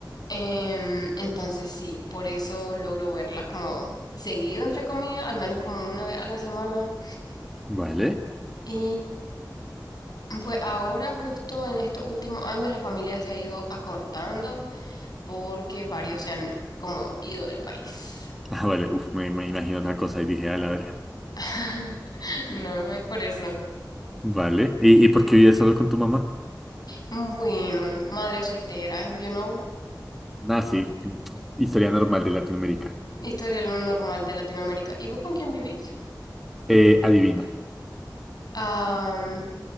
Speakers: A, on the left; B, in the centre.
A: Em, entonces sí, por eso logro verla como seguido, entre comillas, al menos como una vez a la semana.
B: vale.
A: Y mm, pues ahora justo en estos últimos años la familia se ha ido acortando. porque varios se han como ido del país.
B: Ah, vale, uf, me, me imagino otra cosa y dije, a la verga.
A: <laughs> No, es por eso.
B: Vale, ¿y, y por qué vives solo con tu mamá?
A: Bueno, madre soltera, you know,
B: Ah, sí, mm, historia normal de Latinoamérica.
A: historia lo normal de Latinoamérica. ¿Y vos con quién vivís?
B: Eh, adivina,
A: Am,